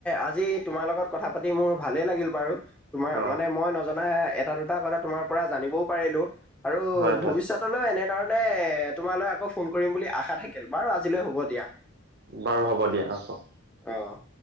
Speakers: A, in the centre; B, on the right.
A: আজি- তোমাৰ লগত কথা পাতি মোৰ ভালে লাগিল বাৰু, তোমাৰ
B: অ
A: মানে মই নজ - জনা এটা- দুটা কথা তোমাৰ পৰা জানিবও পাৰিলো আৰু
B: হয়
A: ভৱিষ্যত
B: হয়
A: - তলে এনেধৰণে এ তোমালৈ আকৌ ফোন কৰিম বুলি আশা থাকিল বাৰু আজিলৈ হ'ব দিয়া।
B: বাৰু হ'ব দিয়া ৰাখোঁ।
A: অঁ।